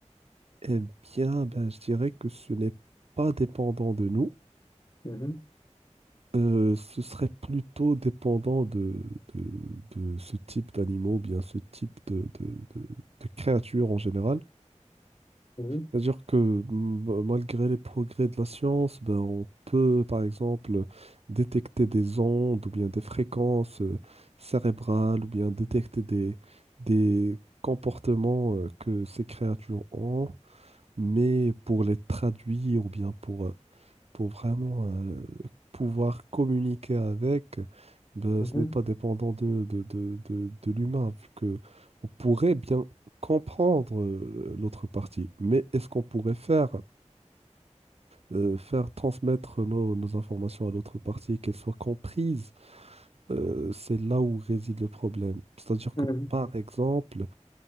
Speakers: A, on the right; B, on the left.
A: Eh bien, ben, je dirais que ce n'est pas dépendant de nous.
B: Mhm,
A: Euh, ce serait plutôt dépendant de, de, de ce type d'animaux, ou bien ce type de, de, de- de créatures en général.
B: mhm,
A: C'est-à-dire que m- malgré les progrès de la science, ben, on peut par exemple détecter des ondes ou bien des fréquences euh, cérébrales ou bien détecter des, des comportements euh, que ces créatures ont, mais pour les traduire ou bien pour euh, pour vraiment euh, pouvoir communiquer avec, ben,
B: mhm,
A: ce n'est pas dépendant de, de, de, de, de l'humain, vu que on pourrait bien comprendre euh, l'autre partie. Mais est-ce qu'on pourrait faire, euh, faire transmettre nos, nos informations à l'autre partie, qu'elles soient comprises? Euh, c'est là où réside le problème. C'est-à-dire
B: mhm.
A: que, par exemple,